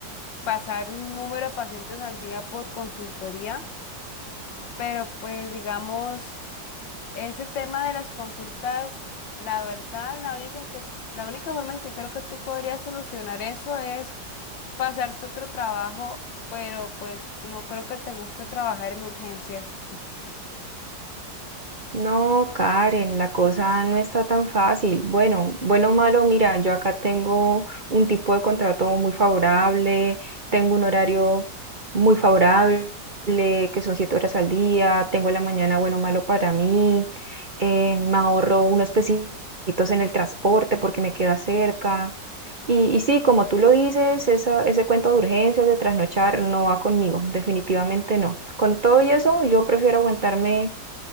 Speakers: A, on the left; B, on the right.
A: pasar un número de pacientes al día por consultoría, pero pues digamos, ese tema de las consultas, la verdad, la única en que, la única forma en que creo que tú podrías solucionar eso es pasarte otro trabajo, pero pues no creo que te guste trabajar en urgencias.
B: No, Karen, la cosa no está tan fácil. Bueno, bueno o malo, mira, yo acá tengo un tipo de contrato muy favorable, tengo un horario muy favorable, que son siete horas al día, tengo la mañana bueno o malo para mí, eh, me ahorro unos pesitos en el transporte porque me queda cerca. Y, y sí, como tú lo dices, esa, ese cuento de urgencias, de trasnochar, no va conmigo, definitivamente no. Con todo y eso, yo prefiero aguantarme